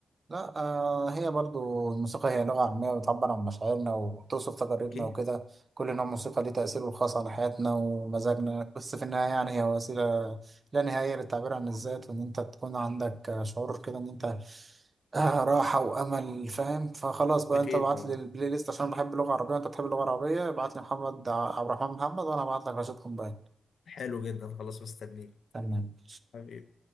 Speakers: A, on the right; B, on the left.
A: لا آه هي برضو الموسيقى هي لغة عامية بتعبر عن مشاعرنا وبتوصف تجاربنا
B: اكيد
A: وكده كل نوع موسيقى ليه تأثيره الخاص على حياتنا ومزاجنا بس في النهاية يعني هي وسيلة لا نهائية للتعبير عن الذات وإن أنت تكون عندك آه، شعور كده إن أنت آه راحة وأمل فاهم فخلاص بقى
B: اكيد
A: أنت ابعت
B: طبعا
A: لي البلاي ليست عشان بحب اللغة العربية وأنت بتحب اللغة العربية ابعت لي محمد ع- عبد الرحمن محمد وأنا ابعت لك رشيد قنبال
B: حلو جدا خلاص مستنيك
A: تمام
B: حبيبي